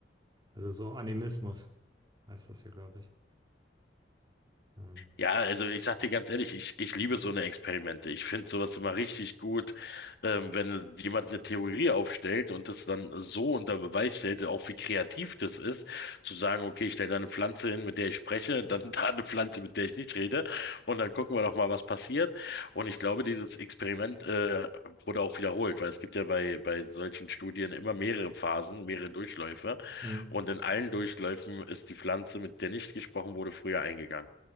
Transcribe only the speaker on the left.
Ja, also ich sag dir ganz ehrlich, ich, ich liebe so eine Experimente. Ich finde sowas immer richtig gut, ähm, wenn jemand eine Theorie aufstellt und das dann so unter Beweis stellt, auch wie kreativ das ist, zu sagen, okay, ich stelle da eine Pflanze hin, mit der ich spreche, dann <laughs> da eine Pflanze, mit der ich nicht rede, und dann gucken wir doch mal, was passiert. Und ich glaube, dieses Experiment, äh, wurde auch wiederholt, weil es gibt ja bei, bei solchen Studien immer mehrere Phasen, mehrere Durchläufe.
Und in allen Durchläufen ist die Pflanze, mit der nicht gesprochen wurde, früher eingegangen.